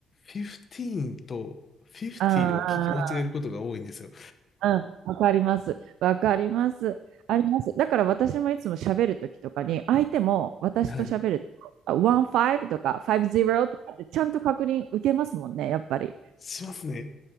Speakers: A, on the left; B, on the right.
A: 15と50を聞き間違えることが多いんですよ。
B: ああうんわかります。わかります。あります。だから私もいつも喋るときとかに、相手も私と喋ると、
A: はい。
B: 15とか50とかってちゃんと確認受けますもんね、やっぱり。
A: しますね。